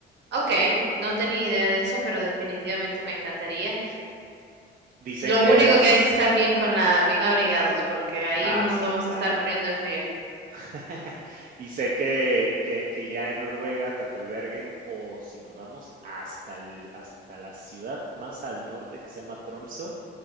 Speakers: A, on the right; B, on the right.
A: Ok, no tenía idea de eso, pero definitivamente me encantaría.
B: Dicen
A: Lo
B: que
A: único
B: es...
A: que hay que estar bien con la, bien abrigados, porque ahí
B: Ah,
A: nos
B: sí,
A: vamos
B: claro.
A: a estar muriendo de frío.
B: <laughs> Y sé que que que ya en Noruega, tanto el Bergen o si nos vamos hasta el hasta la ciudad más al norte que se llama Tromso